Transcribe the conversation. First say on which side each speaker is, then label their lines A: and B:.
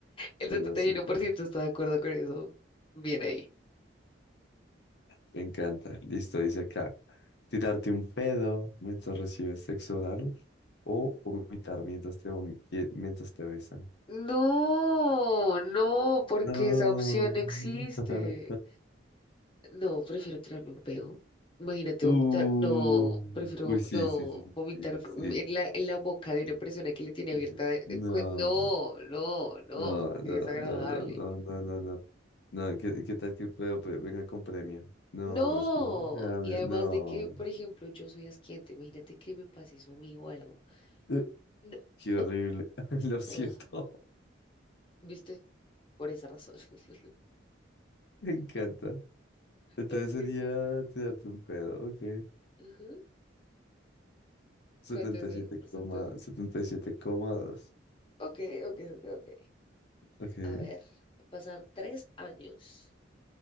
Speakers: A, on the left (about 30°); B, on the left (about 60°).
A: El
B: celosito.
A: setenta y uno por ciento está de acuerdo con eso. Bien ahí.
B: Me encanta. Listo, dice acá. Tirarte un pedo mientras recibes sexo oral o vomitar mientras te, vomi- eh, mientras te besan.
A: No, no, porque
B: No.
A: esa opción no existe.
B: <laughs>
A: No, prefiero tirarme un peo. Imagínate
B: Uh,
A: vomitar. No, prefiero
B: uy, sí,
A: no
B: sí, sí, sí,
A: vomitar
B: sí, sí,
A: en la, en la boca de una
B: sí,
A: persona que le tiene
B: sí,
A: abierta.
B: sí.
A: eh,
B: No,
A: cu- No, no, no.
B: no, no,
A: Qué desagradable.
B: no, no, no, no, no, no, no, ¿qué, qué tal que puedo? pe- venga con premio. No,
A: No.
B: es que me da- me-
A: Y además
B: no,
A: de que, por ejemplo, yo soy asquiente. Imagínate que me pase eso a mí o algo.
B: Eh,
A: No.
B: qué
A: no,
B: horrible, <laughs> lo siento,
A: ah, ¿Viste? Por esa razón. <laughs>
B: <laughs> me encanta. Entonces
A: Okay.
B: sería tirarte un pedo, ok,
A: Ujú.
B: setenta
A: ¿Cuántos son
B: y siete
A: los porcentajes?
B: coma setenta y siete coma dos,
A: Ok, ok, ok, ok.
B: ok.
A: A ver, pasar tres años.